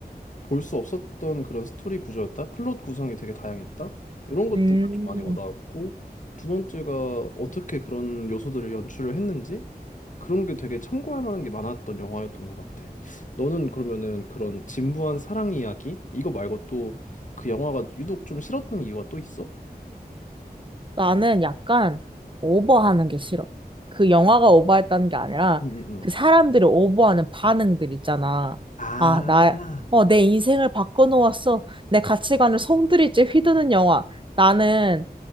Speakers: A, on the left; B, on the right.
A: 볼 수 없었던 그런 스토리 구조였다. 플롯 구성이 되게 다양했다. 이런 것들이
B: 음.
A: 좀 많이 와닿았고 두 번째가 어떻게 그런 요소들을 연출을 했는지 그런 게 되게 참고할 만한 게 많았던 영화였던 것 같아. 너는 그러면은 그런 진부한 사랑 이야기 이거 말고 또 그 영화가 유독 좀 싫었던 이유가 또 있어?
B: 나는 약간 오버하는 게 싫어. 그 영화가 오버했다는 게 아니라
A: 응응응.
B: 그 사람들이 오버하는 반응들 있잖아.
A: 아,
B: 아, 나, 어, 내 인생을 바꿔놓았어. 내 가치관을 송두리째 휘두는 영화. 나는,